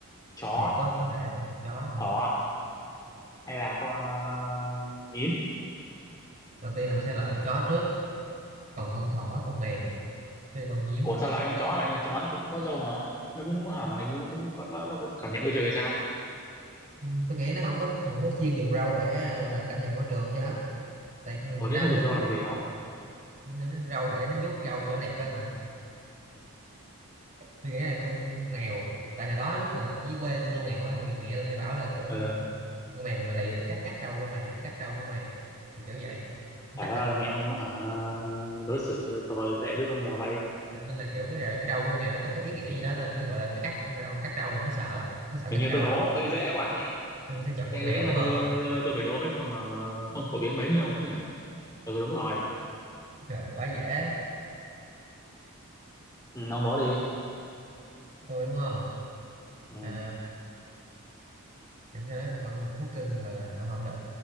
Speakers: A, on the left; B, on the right.
A: chó,
B: mèo có có thể là chó nè.
A: thỏ hay là con uh, nhím.
B: đầu tiên là tôi sẽ loại con chó trước còn con thỏ con mèo với con nhím
A: Ủa sao loại con chó vậy? Con chó nó cũng có râu mà. Nó cũng hả hình như nó cũng nó, nó cũng cảm nhận môi trường hay sao?
B: Ừ, tôi nghĩ nó không có không có chuyên dùng râu để à, gọi là cảm nhận môi trường cho lắm tại con
A: Ủa
B: người
A: thế
B: ta
A: nó dùng
B: lúc
A: râu
B: lúc
A: làm gì không?
B: nó- nó râu để nó vuốt râu cho đẹp á mà tôi nghĩ là con mèo tại hồi đó lúc mà ở dưới quê tôi nuôi mèo á thì mẹ tôi hay bảo là kiểu
A: Ừ.
B: con mèo mà lì tao cắt cắt râu của mày cắt râu của mày thì kiểu vậy
A: Trời
B: chắc
A: ơi
B: là
A: mẹ ông hả đối xử tôi tệ với con mèo vậy
B: nên là kiểu cái, à, cái râu của con mèo nó có cái ý nghĩa gì đó nên mới gọi là mới cắt con râu cắt râu là nó sợ nó sợ
A: hình
B: cắt
A: như
B: râu
A: tôi đố hơi dễ quá nhỉ
B: nên nó sẽ chọn con
A: lẽ,
B: mèo
A: lẽ
B: đúng
A: ra
B: không
A: tôi tôi phải đố mấy con mà không phổ biến mấy như ông chứ nhỉ ừ đúng rồi
B: Trời, quá dễ
A: ừ, ông đố đi
B: tôi đúng không
A: ừ.
B: à em sẽ nói về con thú cưng gọi là à, không được